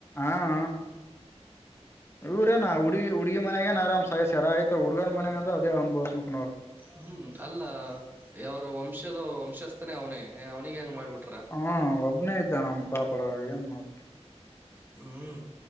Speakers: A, on the left; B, on the right.
A: ಆಹೌ ಇವ್ರೇನ್ ಆ ಹುಡ್ಗಿ ಉಡ್ಗಿ ಮನೆಗೇನ್ ಆರಾಮ್ ಸಾಯಿಸ್ಯಾರ ಆಯ್ತಾ ಉಡ್ನ್ಗ್ ಮನೆಗ್ ಅಂದ್ರೆ ಅದೇ ಅನುಭವಸ್ ಬೇಕ್
B: ಉಹುಂ ಅಲ್ಲ, ಯವರು ವಂಶದ ವಂಶಸ್ತ್ <unintelligible> ಅವ್ನೇ ಅವನಿಗೆ ಹಂಗ್ ಮಾಡ್ಬಿಟ್
A: ಹಾ ಒಬ್ನೇ ಇದ್ದ ನಮ್ ಪಾಪಡ ಏನ್ ಮಾಡ್
B: ಹ್ಮ್